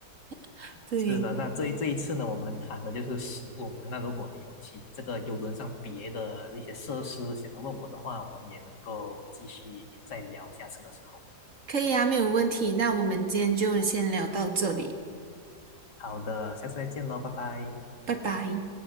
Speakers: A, on the right; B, on the left.
A: <laughs> 对。
B: 是的，那这一这一次呢，我们谈的就是食物嘛。那如果你有其这个游轮上别的一些设施想要问我的话，我们也能够继续再聊下次的时候。
A: 可以啊，没有问题。那我们今天就先聊到这里，
B: 好的，下次再见喽，拜拜。
A: 拜拜。